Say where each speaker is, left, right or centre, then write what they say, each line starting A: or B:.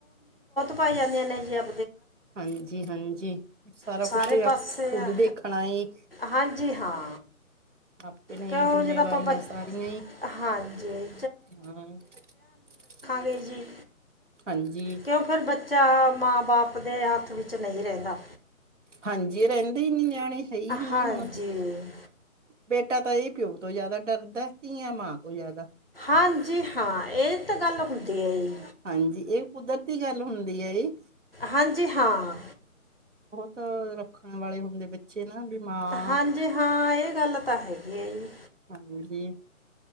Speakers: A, on the left; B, on the right.
A: ਭਾਈ ਆਂਦੇ ਜਾਂਦੇ ਨੇ ਜੀ ਆਪ
B: ਹਾਂਜੀ-ਹਾਂਜੀ ਸਾਰਾ
A: ਸਾਰੇ
B: ਕੁਛ ਆਪ
A: ਪਾਸੇ
B: ਖੁਦ
A: ਆ-
B: ਦੇਖਣਾ ਏ
A: ਹਾਂਜੀ ਹਾਂ
B: ਆਪਣੇ
A: ਕਿਉਂ
B: ਜਿੰਮੇਵਾਰੀਆਂ
A: ਜਦ ਆਪਾਂ ਬ
B: ਸਾਰੀਆਂ ਈ,
A: ਹਾਂਜੀ
B: ਹਾਂ <unintelligible>
A: ਵੀਰ ਜੀ
B: ਹਾਂਜੀ
A: ਕਿਉਂ ਫਿਰ ਬੱਚਾ ਮਾਂ ਬਾਪ ਆਪਦੇ ਹੱਥ ਵਿੱਚ ਨਹੀਂ ਰਹਿੰਦਾ
B: ਹਾਂਜੀ ਰਹਿੰਦੇ ਈ ਨੀ ਨਿਆਣੇ ਹੈ ਈ ਨੀ
A: ਹਾਂਜੀ
B: ਹੁਣ ਬੇਟਾ ਤਾਂ ਇਹ ਪਿਓ ਤੋਂ ਜ਼ਿਆਦਾ ਡਰਦਾ ਧੀਆਂ ਮਾਂ ਤੋਂ ਜ਼ਿਆਦਾ
A: ਹਾਂਜੀ ਹਾਂ ਇਹ ਤਾਂ ਗੱਲ ਹੁੰਦੀ ਐ ਜੀ
B: ਹਾਂਜੀ ਇਹ ਕੁਦਰਤੀ ਗੱਲ ਹੁੰਦੀ ਐ ਜੀ
A: ਹਾਂਜੀ ਹਾਂ
B: ਤਾਂ ਰੱਖਣ ਵਾਲੇ ਹੁੰਦੇ ਬੱਚੇ ਨਾ ਮਾਂ
A: ਹਾਂਜੀ ਹਾਂ ਇਹ ਗੱਲ ਤਾਂ ਹੈਗੀ ਆ ਜੀ
B: ਹਾਂਜੀ